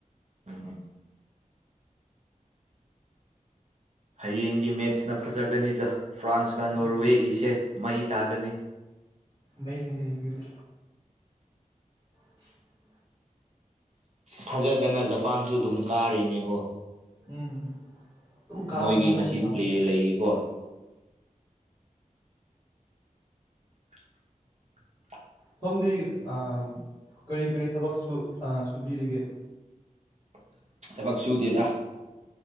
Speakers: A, on the right; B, on the right.
A: ꯎꯝ ꯍꯌꯦꯡꯒꯤ ꯃꯦꯠꯁꯅ ꯐꯖꯒꯅꯤꯗ ꯐ꯭ꯔꯥꯟꯁꯀ
B: ꯎꯝ
A: ꯅꯣꯔꯋꯦꯒꯤꯁꯦ ꯃꯩ ꯇꯥꯒꯅꯤ
B: ꯃꯩꯅꯤꯍꯦ ꯍꯥꯌꯦꯡꯒꯤꯗꯤ <inaudible>
A: ꯊꯥꯖꯗꯅ ꯖꯄꯥꯟꯁꯨ ꯑꯗꯨꯝ ꯀꯥꯔꯤꯅꯦꯀꯣ
B: ꯎꯝ ꯑꯗꯨꯝ ꯀꯥꯕꯅꯦ
A: ꯃꯣꯏꯒꯤ
B: ꯃꯣꯏꯗꯤ
A: ꯉꯁꯤ
B: ꯗꯥꯎꯅꯤ
A: ꯄ꯭ꯂꯦ ꯂꯩꯌꯦꯀꯣ <inaudible>
B: ꯁꯣꯝꯗꯤ ꯑ ꯀꯔꯤ ꯀꯔꯤ ꯊꯕꯛ ꯁꯨ ꯁꯨꯕꯤꯔꯤꯒꯦ
A: <inaudible> ꯊꯕꯛ ꯁꯨꯗꯦꯗ